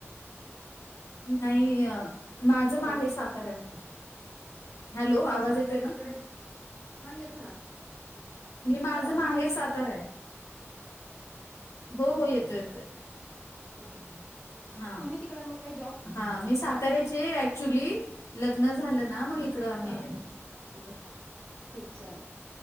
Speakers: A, on the left; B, on the left.
A: नाही माझ
B: हॅलो
A: माहेर सातारा आहे, हॅलो
B: आणि तुम्ही
A: आवाज
B: सातारा
A: येतोय ना?
B: तिकडे हा, येतो ना.
A: मी
B: येतो
A: माझं
B: आवाज
A: माहेर
B: माझा येतो
A: सातारा
B: का
A: आहे. हो हो येतो येतोय.
B: हा हा हा, तुम्ही
A: हा
B: तिकड मग का जॉब
A: हा मी साताऱ्याची आहे ॲक्च्युली लग्न झालं ना मग इकडे आम्ही.
B: हा
A: हॅलो.
B: शिफ्ट झाले